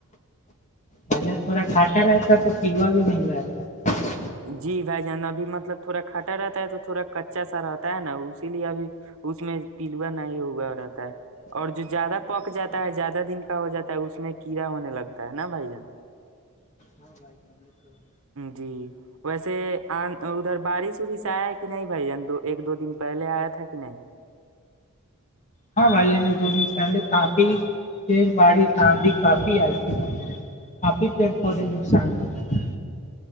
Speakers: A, on the left; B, on the right.
A: مجے تھوڑا کھٹا رہتا ہے تو پیوا بھی نہیںل رہتا <unintelligible>
B: جی بھائی جان ابھی مطلب تھوڑا کھٹا رہتا ہے تو تھوڑا کچا سا رہتا ہے نا اسی لیے ابھی اس میں پلوا نہیں ہوا رہتا ہے اور جو زیادہ پک جا
A: ہاں
B: ہے زیادہ دن <unintelligible> ہو جاتا ہے اس میں کیڑا ہونے لگتا ہے نا بھائی جان
A: ہاں بائی ج <unintelligible> <inaudible>
B: جی ویسے ادھر بارش وورش آیا کہ نہیں بھائی دو ایک دو دن پہلے آیا تھا کہ نہیں
A: ہاں بھائی دو دن پہلے کافی تیل بڑی آاندھی کافی آئی تھی بھائی آی پھر تھوڑی
B: جی
A: نقصان ہے ہے <unintelligible>